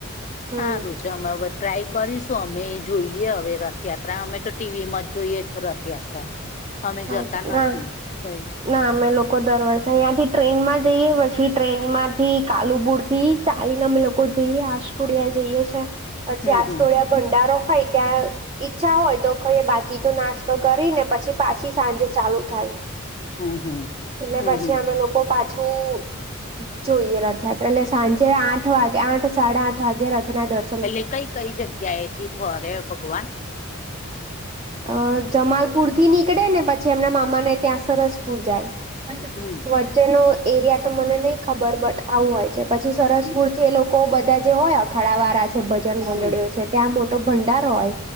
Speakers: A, on the right; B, on the left.
A: હમ
B: સારું છે અમે હવે ટ્રાય કરીશું અમે એ જોઈએ હવે રથયાત્રા અમે તો ટીવીમાં જોઈએ જ રથયાત્રા. અમે
A: હા
B: જતા નથી
A: હ.
B: કઈ
A: ના અમે લોકો દર વર્ષે તયાં થી ટ્રેનમાં જઈએ પછી ટ્રેન માંથી કાલુપુર થી ચાલીને અમે લોકો જઈએ આસ્ટોડિયા જઈએ છે. પછી
B: હમ
A: આ
B: હમ
A: સ્ટોળિયા ભંડારો હોય ત્યાં ઈચ્છા હોય તો કઈ બાકી તો નાસ્ તો કરી ને પછી પાછી સાંજે ચાલુ થાય.
B: હમ હમ
A: એટલે
B: હમ
A: પછી
B: હમ
A: અમે લોકો પાછું. જોઈએ રથયાત્રા એટલે સાંજે આઠ વાગે આઠ સાડા આઠ વાગે રથના દર્શ
B: પેલે કઈ કઈ જગ્યાએ હતી ફરે ભગવાન.
A: અ જમાલપુર થી નીકળે ને પછી એમના મામાને ત્યાં સરસપુર જાય. <inaudible>
B: હમ
A: જેનો એરિયા તો મને નહ ખબર બટ આવું હોય છે પછી સરસપુરથી એ લોકો બધા જે હોય. ખળવારા છે ભજન મંડળીઓ
B: હમ
A: છે ત્યાં મોટો ભંડારો હોય